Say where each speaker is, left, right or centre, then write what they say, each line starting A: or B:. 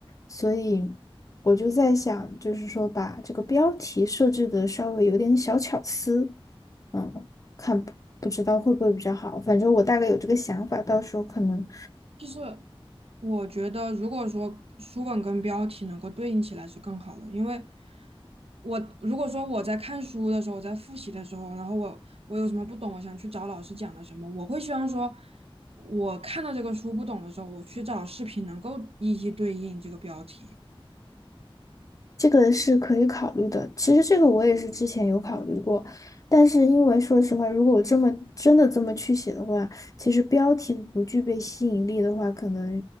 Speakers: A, on the left; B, on the right.
A: 所以我就在想，就是说把这个标题设置的稍微有点小巧思，嗯。看不知道会不会比较好。
B: 嗯，
A: 反正我大概有这个想法，到时候可能
B: 就是我觉得，如果说书本跟标题能够对应起来是更好的，因为我如果说我在看书的时候，我在复习的时候，然后我我有什么不懂，我想去找老师讲的什么，我会希望说，我看到这个书不懂的时候，我去找视频能够一一对应这个标题。
A: 这个是可以考虑的。其实这个我也是之前有考虑过，但是因为说实话，如果我这么真的这么去写的话，其实标题不具备吸引力的话，可能